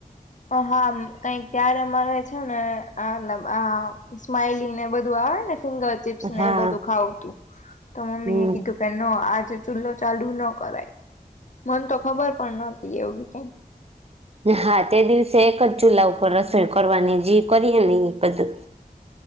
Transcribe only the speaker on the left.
હા, કઈક ત્યારે અમારે છે ને મતલબ આ સ્માઈલી ને બધું આવે ને ફિંગર ચીપ્સ ને
એ બધું ખાવું તું તો મમ્મી
એ કીધું કે ન આજે ચૂલો ચાલુ ના કરાય. મન તો ખબર પણ નતી એવી કઈ.